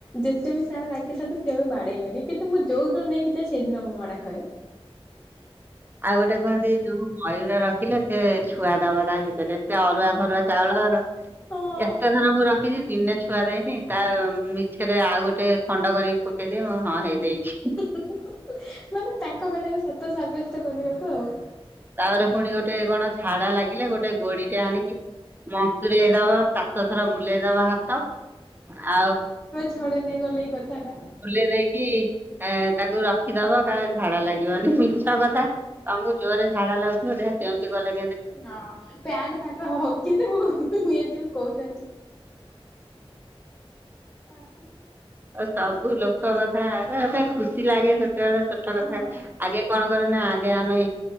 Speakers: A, on the left; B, on the right.
A: ଯେତେ ବି ସାର୍ ଲାଗିଥାନ୍ତୁ କେବେ ବାଡେଇବେନି କିନ୍ତୁ ମୁଁ ଯୋଉ ଦିନ ନେଇକି ଯାଏ ସେଇଦିନ ମୁଁ ମାଡା ଖାଏ। <inaudible>
B: ଆଉ ଗୋଟେ କୁହନ୍ତି ଯୋଉ ମୟୂର ଟା ରଖିଲେ ସେ ଛୁଆ ଦବା ତା ଭିତରେ, ସେ ଅରୁଆ ଫରୁଆ ଚାଉଳ
A: ହଁ
B: ଏତେଥର ମୁଁ ରଖିଛି ଦିନେ ଛୁଆ ଦେଇନି, ତା ମିଛରେ ଆଉ ଗୋଟେ ଖଣ୍ଡ କରିକି ପକେଇଦି ମୁଁ ହଁ ହେଇ ଦେଇଇଛି।
A: ମାନେ ତାଙ୍କ କଥାକୁ ସତ ସାବ୍ୟସ୍ତ କରିବାକୁ ଆଉ।
B: ତାପରେ ପୁଣି ଗୋଟେ କଣ ଝାଡା ଲାଗିଲେ ଗୋଟେ ଗୋଡିଟେ ଆଣିକି ମସୁରୀ ହେଇଦବ ତା ହାତଥର ବୁଲେଇଦବା ହାତ ଆଉ
A: ଛଡ଼େ ନେଇ ଗଲେ ଏଇ କଥାଟା।
B: ବୁଲ ଦେଇକି ଏ ତାକୁ ରଖିଦବ କାାର ଝାଡା ଲାଗି ଲାଗିବନି ମିଛ କଥା ତମକୁ ଜୋରରେ ଝାଡ଼ା ଲାଗୁଥିବ ଦେଖ ସେମିତି ଗଲେ
A: ହଁ ପ୍ୟାଣ୍ଟ ଫ୍ୟାଟ ହଗି ଦବ ଯଉ କହୁଛନ୍ତି ହୁଁ।
B: ଆସ ସବୁ ଲୋକ କଥା ଖୁସି ଲାଗେ ସେତେବେଳେ ଛୋଟ କଥା
A: ହଁ
B: ଆଗେ କଣ କରେ ନା ଆମେ